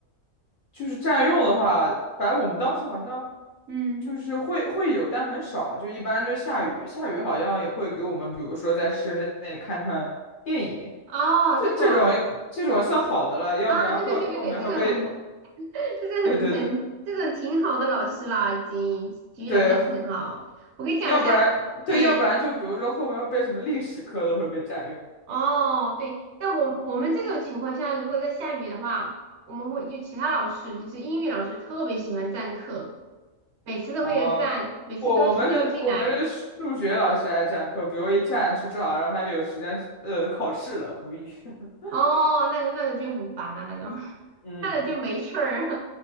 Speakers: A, on the left (about 55°); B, on the right (about 65°).
A: 就是占用的话，反正我们当时好像
B: 嗯，
A: 就是会会有，但很少，就一般就是下雨，下雨好像也会给我们，比如说在室内看看电影，
B: 哦，
A: 这这种这种算好的了，
B: 这种啊，
A: 要不然后后面会被，
B: 啊，对对对对对，这种很这是很很这种挺好的老师啦，
A: 对对对
B: 已经体育老师已经很好。
A: 对，后
B: 我给你讲一下，
A: 要不然对，
B: 哎，
A: 要不然就比如说后面会被什么历史课都会被占用。
B: 哦，对，但我我们这种情况下，如果在下雨的话，我们会就其他老师，就是英语老师特别喜欢占课，每次都会有占，
A: 哦，
B: 每次都是要进来，
A: 我我们是我们是数学老师爱占课，比如一占就正好让他有时间呃考试了，无语。<laughs>
B: 哦，那种那种就很烦啊，那种。
A: 嗯嗯，
B: 看了就没趣儿。<laughs>